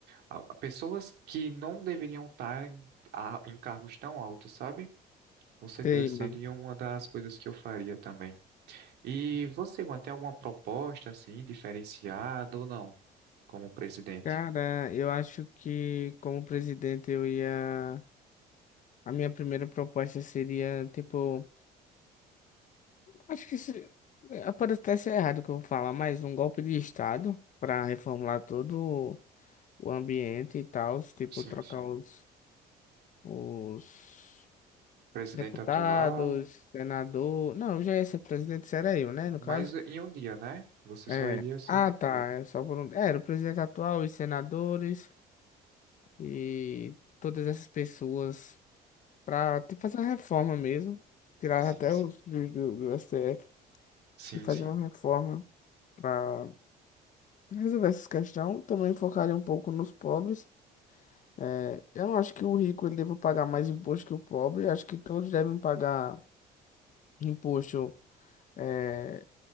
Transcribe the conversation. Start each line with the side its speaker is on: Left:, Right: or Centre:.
Right: a- pessoas que não deveriam estar em, a- em cargos tão altos, sabe? Com certeza
Left: Sei,
Right: seria
Left: mano.
Right: uma das coisas que eu faria também. E você mantém alguma proposta, assim, diferenciada ou não, como presidente?
Left: Cara, eu acho que como presidente eu ia. A minha primeira proposta seria, tipo, acho que se, é, pode até ser errado o que eu vou falar, mas um golpe de Estado para reformular todo o ambiente e tal, tipo,
Right: Sim,
Left: trocar
Right: sim.
Left: os, os
Right: Presidente
Left: deputados,
Right: atual,
Left: senador. Não, já ia ser presidente, isso era eu, né, no
Right: mas
Left: caso.
Right: em um dia, né? Você
Left: É.
Right: só iria ser
Left: Ah,
Right: em um
Left: tá,
Right: dia.
Left: é só por um. é, Era o presidente atual, os senadores e todas essas pessoas para fazer a reforma mesmo, tirar
Right: Sim,
Left: até
Right: sim.
Left: os do, do do STF.
Right: Sim,
Left: e fazer
Right: sim.
Left: uma reforma para resolver essa questão. Também focaria um pouco nos pobres. É, eu não acho que o rico ele deva pagar mais imposto que o pobre. Acho que todos devem pagar imposto é,